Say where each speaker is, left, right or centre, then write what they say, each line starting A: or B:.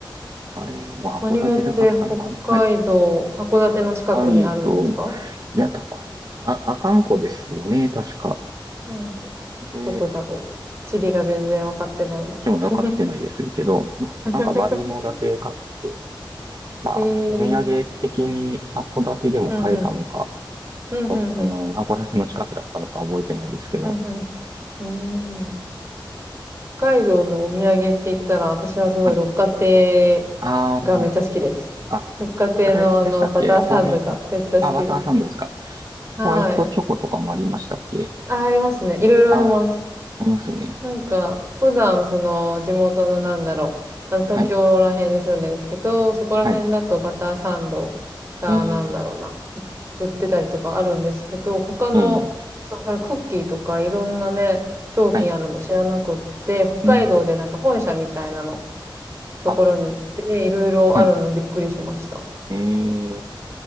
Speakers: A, on the right; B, on the right.
A: あれ、まあ、
B: 何もって北海道、
A: 函館で買ったのかなはい。
B: 函館の近くにあるんですか
A: はいといや、とこ、あ、阿寒湖ですよね、確か。
B: 韓国
A: で、
B: どこだろう地理が全然わかってないんです。
A: 私も買ってないですけど、
B: <laughs>
A: なんかマリモだけ買って、まあ、
B: へえー。
A: お土産的に函館でも買えたのか、
B: うんうん。うんうんうん。
A: あの、函館の近くだったのか覚えてないですけど、
B: うんうん。うーん。北海道のお土産って言ったら、私はすごい六花亭
A: はい。あー
B: がめっちゃ好きです。
A: あ、
B: 六花亭のあの、
A: あれでしたっけホワイト、
B: バターサンドがめっちゃ好きです。
A: あ、バターサンドですか。
B: はい。
A: ホワイトチョコとかもありましたっけ
B: あ、ありますね。いろいろあります。
A: あ、ありますね。
B: なんか、普段その地元のなんだろう、あの東京ら辺に住んでるんですけど、
A: はい、
B: そこら辺だとバターサンドがなんだろうな、
A: はい。え
B: 売ってたりとかあるんですけど、他の、
A: ー、えー、
B: そう、そのクッキーとかいろんなね、商品あるの知らなくって、
A: はい。
B: 北海道でなんか本社みたいなの
A: うん。
B: ところに行って、
A: あ、
B: いろいろあるのびっくりしました。
A: はい。えー、